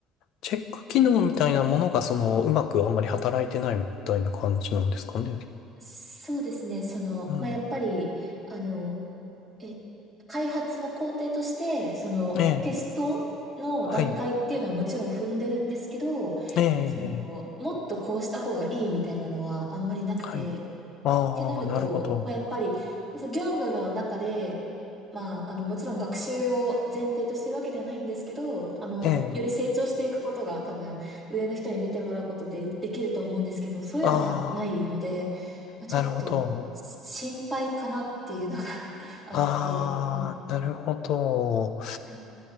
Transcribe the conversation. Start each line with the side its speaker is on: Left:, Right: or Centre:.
Left: チェック機能みたいなものが、その、うまくあんまり働いてないみたいな感じなんですかね。
Centre: そうですね、その、
Left: うん。
Centre: まあやっぱり、あの、え、開発の工程として、そのテストの段階っていうのはもちろん踏んでるんですけど、
Left: ええ、はい。ええ、
Centre: その、もっとこうした方がいいみたいなのはあんまりなくて、
Left: はい。ああ、
Centre: ってなると、
Left: なるほど。
Centre: まあ、やっぱり、その業務の中で、まあ、あの、もちろん学習を前提としてるわけではないんですけど、あの、
Left: ええ、
Centre: より成長していくことが多分、上の人に見てもらうことでできると思うんですけど、そういうのがないので、
Left: あ
Centre: まあ、ちょっと、
Left: あ、なるほど。
Centre: 心配かなっていうのが <laughs> あって、
Left: ああ、
Centre: うん
Left: なるほど。
Centre: はい。